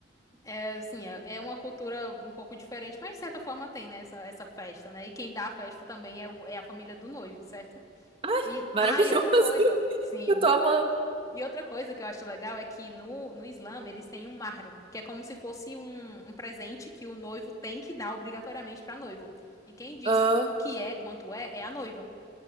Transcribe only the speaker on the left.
é assim, é, é uma cultura um pouco diferente, mas de certa forma tem, né, essa, essa festa, né? E quem dá a festa também é, o, é a família do noivo, certo?
E,
ah, e outra coisa,
sim.
E outra coisa que eu acho legal é que no, no Islã eles têm um mahar, que é como se fosse um, um presente que o noivo tem que dar obrigatoriamente pra noiva. E quem diz
o que é, quanto é, é a noiva.